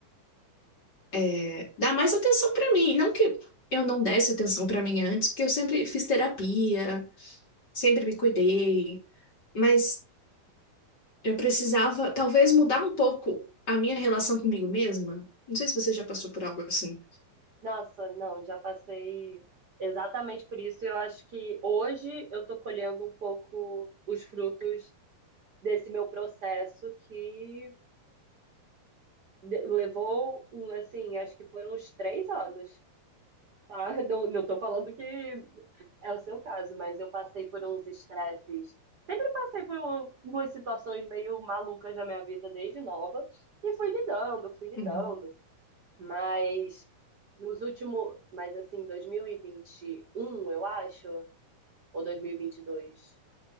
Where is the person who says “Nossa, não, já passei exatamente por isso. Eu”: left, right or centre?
Right